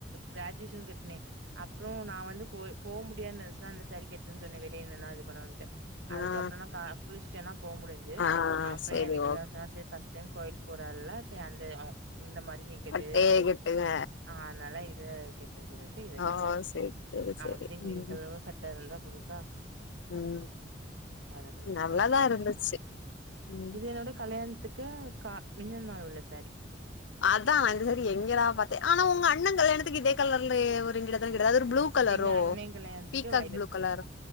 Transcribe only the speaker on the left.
ஆ
ஆ
சேரி
ஓ
பட்டே
கட்டுங்க
ஓ
சேரி சேரி
சேரி
ம்
ம்
நல்லா
தா இருந்துச்சு ம்
அதா இந்த சேரி எங்கடா பாத்தே ஆனா உங்க அண்ண கல்யாணத்துக்கு இதே கலர்லயே ஒருங்கிட்ட தான கிடையா அது ஒரு ப்ளூ ளூ கலரோ
பீக்காக்
ப்ளூ
கலரோ